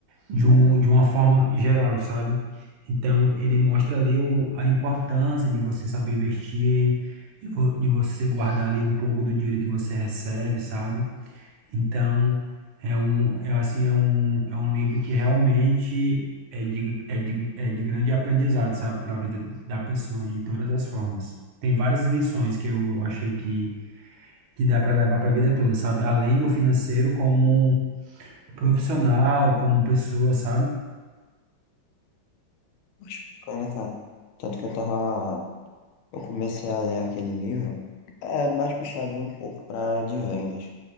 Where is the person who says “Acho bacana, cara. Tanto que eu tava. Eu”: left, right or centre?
Left